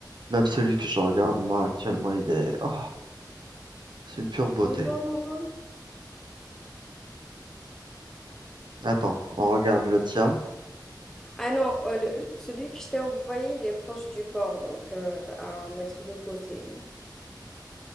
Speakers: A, on the right; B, in the centre.
A: Même celui que je regarde, moi, actuellement, il est... Oh, c'est une pure beauté.
B: Envoie-moi.
A: Attends, on regarde le tien.
B: Ah non, euh, le- le- celui que je t'ai envoyé, il est proche du port, donc euh, à mettre de côté.